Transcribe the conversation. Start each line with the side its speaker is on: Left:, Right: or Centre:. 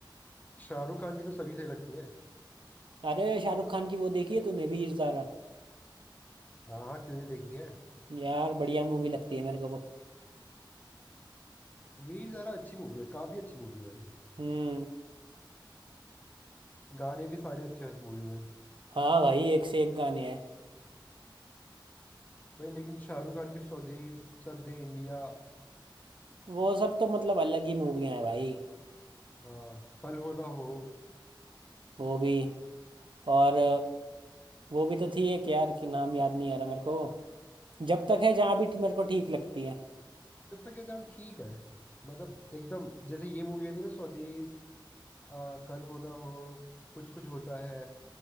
Left: शाहरुख खान की तो सभी सही लगती है
Right: अरे शाहरुख खान की वो देखी है तूने वीर ज़ारा
Left: हाँ हाँ क्यों नहीं देखी है
Right: यार बढ़िया मूवी लगती है मेरे को वो
Left: वीर ज़ारा अच्छी मूवी है काफी अच्छी मूवी है भाई
Right: हम्म
Left: गाने भी सारे अच्छे हैं उस मूवी में
Right: हाँ भाई एक से एक गाने हैं
Left: भाई लेकिन शाहरुख खान की स्वदेश चक दे इंडिया
Right: वो सब तो मतलब अलग ही मूवियां हैं भाई
Left: हाँ कल हो ना हो
Right: वो भी और वो भी तो थी एक यार की नाम याद नहीं आ रहा मेरे को जब तक है जहां भी मेरे को ठीक लगती है
Left: जब तक ये जान ठीक है मतलब एकदम जैसे ये मूवी थी ना स्वदेश आ, कल हो ना हो कुछ कुछ होता है